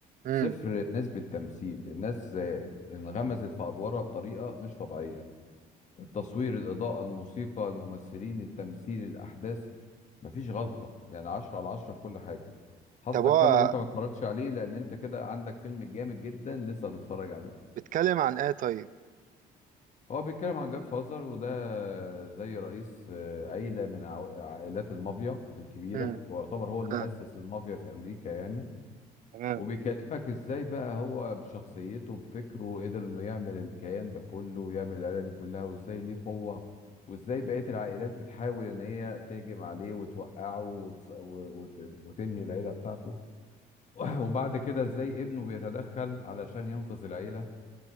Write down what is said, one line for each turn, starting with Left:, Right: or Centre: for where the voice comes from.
Right: امم
Left: صفر نسبه تمثيل الناس آه، انغمزت في ادوارها بطريقه مش طبيعيه التصوير الإضاءة الموسيقى الممثلين التمثيل الأحداث مفيش غلطة يعني عشرة على عشرة في كل حاجة حظك
Right: طب هو
Left: حلو إن أنت ما اتفرجتش عليه لأن أنت كده عندك فيلم جامد جدا لسه هتتفرج عليه
Right: بيتكلم عن ايه طيب
Left: هو بيتكلم عن جاد فازر وده زي رئيس آه، عيلة من عو- عائلات المافيا الكبيرة
Right: امم
Left: ويعتبر هو اللي
Right: آه.
Left: أسس المافيا في أمريكا يعني
Right: تمام
Left: وبيكلمك ازاي بقى هو بشخصيته بفكره قدر انه يعمل الكيان ده كله ويعمل العيله دي كلها وازاي ليه قوه وازاي بقيه العائلات بتحاول ان هي تهجم عليه وتوقعه وتص- و- وت- وتنهي العيله بتاعته <clears throat> وبعد كده ازاي ابنه بيتدخل علشان ينقذ العيله